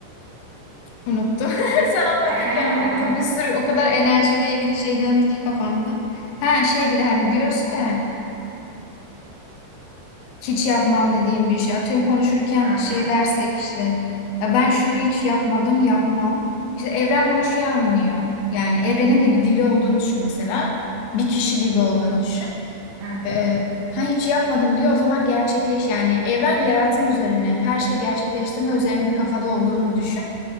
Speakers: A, on the left; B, on the right.
A: Unuttum. <laughs> Sen anlatırken
B: <laughs>
A: unuttum. Bir sürü o kadar enerjiyle ilgili şey döndü ki kafamda. Ha şey bir de hani diyorsun ya hiç yapmam dediğim bir şey. Atıyorum konuşurken
B: Hı
A: şey
B: hı,
A: dersek işte ya ben şunu hiç yapmadım yapmam. İşte evren bunu şey anlıyor. Yani evrenin de bir dili olduğunu düşün mesela. Bir kişi gibi olduğunu düşün.
B: hı.
A: Ee, ha hiç yapmadım diyor o zaman gerçekleş yani evren yaratım üzerine her şeyi gerçekleştirme üzerine bir kafada olduğunu düşün.